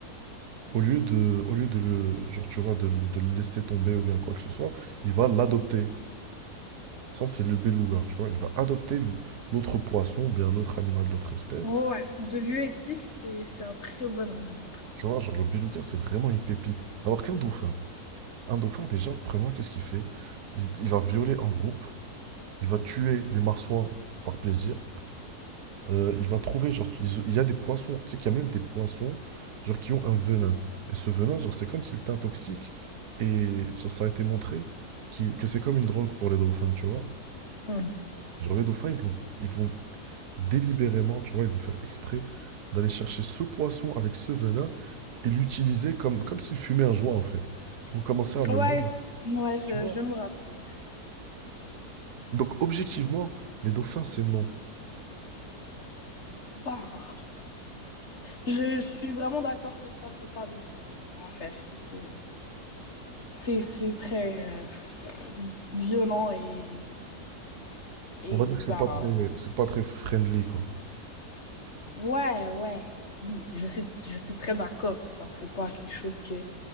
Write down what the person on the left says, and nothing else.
Ouais. De vue éthique, c'est c'est un très bon animal.
Mm.
Ouais.
Ouais, je,
je me rappeler.
Bah, je, je suis vraiment d'accord que ça, c'est pas des trucs euh, à faire et que c'est c'est très euh, violent et, et
bah,
ouais, ouais. Oui, je suis, je suis très d'accord. Ça, c'est pas quelque chose que,